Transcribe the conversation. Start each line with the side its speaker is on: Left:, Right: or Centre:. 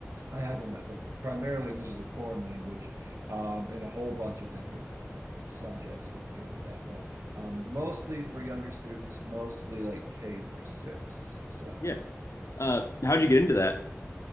Right: I haven't that, but primarily English as a foreign language, um, and a whole bunch of different subjects. We can get into that, but um, mostly for younger students, mostly like K through six. So.
Left: Yeah. Uh, how'd you get into that?